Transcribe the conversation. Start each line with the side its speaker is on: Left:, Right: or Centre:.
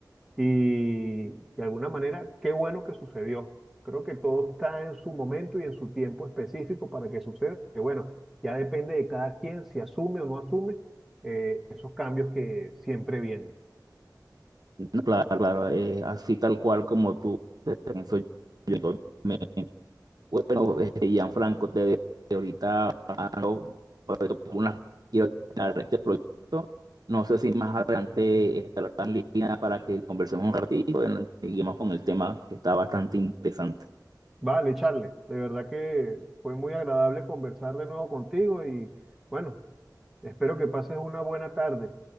Centre: y de alguna manera, qué bueno que sucedió. Creo que todo está en su momento y en su tiempo específico para que suceda. Que bueno, ya depende de cada quien si asume o no asume eh, esos cambios que siempre vienen.
Right: No, claro, claro, eh, así tal cual como tú, te pienso yo totalmente. Bueno, este, Gianfranco, te dejo que ahorita ando por unas- quiero terminar este proyecto. No sé si más adelante estará en línea para que conversemos un ratito y seguimos con el tema que está bastante interesante.
Centre: Vale, Charles, de verdad que fue muy agradable conversar de nuevo contigo y bueno, espero que pases una buena tarde.